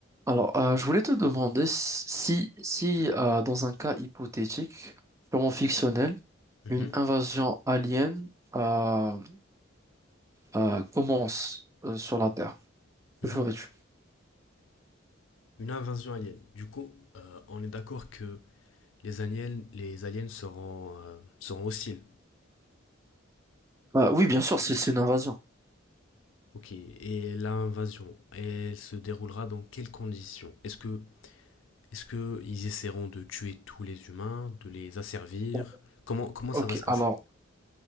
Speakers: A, on the right; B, on the left.
A: Alors, euh, je voulais te demander si, si euh, dans un cas hypothétique, purement fictionnel,
B: Mhm,
A: une invasion alien euh, euh, commence euh, sur la Terre,
B: mhm.
A: que ferais-tu?
B: Une invasion alien. Du coup, euh, on est d'accord que les aliens, les aliens seront, euh, seront hostiles.
A: Euh, oui, bien sûr, si c'est une invasion.
B: Ok. Et l'invasion, elle se déroulera dans quelles conditions? Est-ce que, est-ce que ils essaieront de tuer tous les humains, de les asservir?
A: O-
B: Comment, comment ça
A: Ok,
B: va se passer?
A: alors,